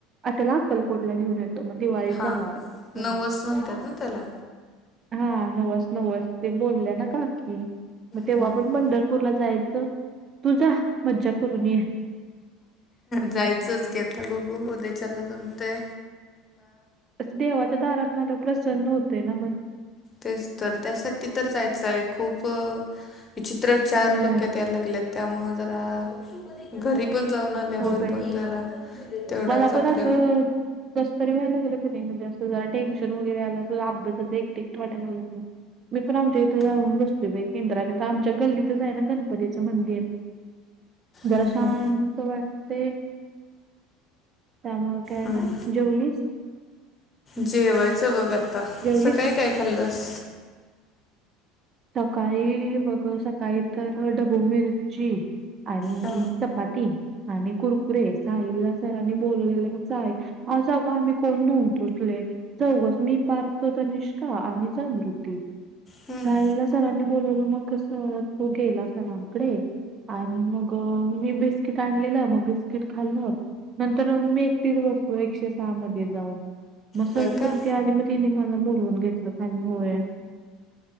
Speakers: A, on the right; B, on the left.
A: आताला अक्कलकोटला घेऊन येते. दिवाळीत
B: हा
A: जाणार आहे असं
B: नवस
A: म्हणणार आहे.
B: म्हणतात ना त्याला
A: हा नवस नवस ते बोलल्या ना काकी मग तेव्हा
B: हम्म
A: पण पंढरपूर पंढरपूरला जायचं, तुझा मज्जा करून या.
B: जायचंच की आता बघू ऊद्याच्याला जमते.
A: ते देवाच्या दारात मन प्रसन्न होतेंय ना मग.
B: तेच तर त्यासाठी तर जायचंय खूप, विचित्र चार
A: होय
B: डोक्यात यायला लागलेत त्यामुळं जरा घरी पण जाऊन आल्यावर
A: हो बाई
B: पण जरा तेवढाच
A: मला
B: आपल्या
A: पण असं कसं तरी व्हायला लागलं की नाही म्हणजे असं जरा टेन्शन वगैरे आला अस अभ्यासाचं एकएकट वाटायला लागत नाही. मी पण आम्हच्या इत जाउन बसतोय बाई केंद्रात आमच्या गल्लीत तीथच आहे ना गणपतीचं मंदिर जरा
B: हम्म
A: शांत
B: हम्म
A: वाटतयं. त्यामुळे काय आता
B: हम्म
A: जेवलीस?
B: जेवायचं बघ आता,
A: जेवलीस
B: सकाळी काय काय खाल्ंलस.
A: सकाळी बघ सकाळी तर, ढब्बु मिरची. आणि
B: हा.
A: चपाती आणि कुरकुरे साहिल सरांनी बोललेलं मग सा जाग आम्ही कोण न उतोचले <inaudible> चौघच मी पार्थ तनिष्का आणि अमृत.
B: हम्म
A: जायला सरांनी बोलवलं मग कंस तो गेला सरांकडे. आणि मग मीन बिस्किट आणलेलं मग बिस्किट खाल्ल. नंतर मग मी एकटीच बसलो एकशे सहा मध्ये जाऊन. मग
B: होय
A: संस्कृती
B: का
A: आली. मग तिने मला बोलवून घेतलं खाली होय.